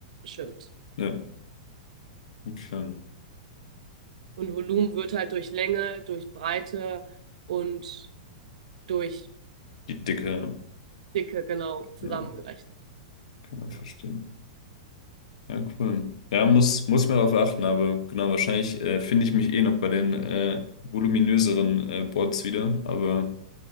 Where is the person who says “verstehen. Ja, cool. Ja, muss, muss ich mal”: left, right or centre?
Left